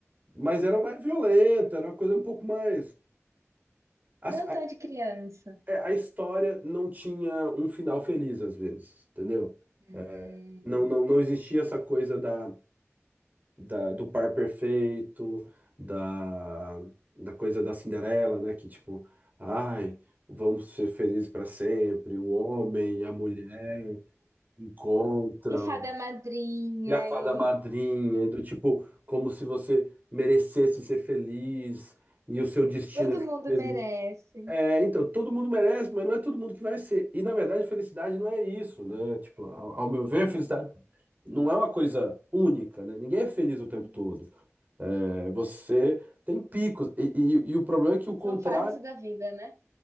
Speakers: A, on the right; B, on the right.
A: mas era mais violento, era uma coisa um pouco mais. A,
B: Não tão
A: a,
B: de criança.
A: é, a história não tinha um final feliz, às vezes, entendeu?
B: Hum.
A: É, não, não, não existia essa coisa da. da- do par perfeito, da, da coisa da Cinderela, né? Que tipo, ai, vamos ser felizes para sempre. O homem e a mulher encontram.
B: E fada madrinha,
A: E a fada
B: e
A: madrinha, e do tipo, como se você merecesse ser feliz, e o seu destino
B: todo
A: é ser
B: mundo
A: feliz.
B: merece.
A: É, então, todo mundo merece, mas não é todo mundo que vai ser. E na verdade, felicidade não é isso, né? Tipo, ao, ao meu ver, felicidade não é uma coisa única, né? Ninguém é feliz o tempo
B: Uhum.
A: todo. É, você tem picos. E, e- e o problema é que o contrário.
B: São fases da vida, né?